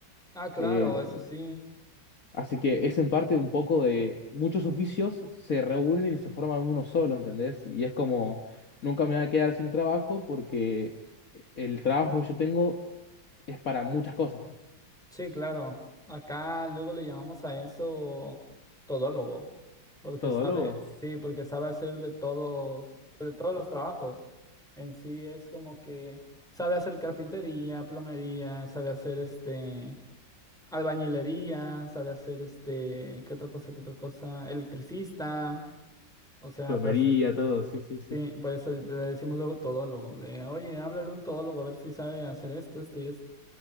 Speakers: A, in the centre; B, on the left (about 45°).
A: Ah, claro,
B: el-
A: eso sí.
B: así que es en parte un poco de muchos oficios se reúnen y se forman uno solo, ¿entendés? Y es como, nunca me voy a quedar sin trabajo porque el trabajo que yo tengo es para muchas cosas.
A: Sí, claro. Acá luego le llamamos a eso todólogo, porque
B: Todólogo,
A: sabe, sí, porque sabe hacer de todos, de todos los trabajos. En sí es como que sabe hacer carpintería, plomería, sabe hacer este albañilería, sabe hacer este, ¿qué otra cosa, qué otra cosa? Electricista. O sea,
B: plomería,
A: pues
B: todo, sí, sí, sí.
A: sí, por eso le decimos luego todólogo, de, oye, háblale a un todólogo a ver si sabe hacer esto, esto y esto.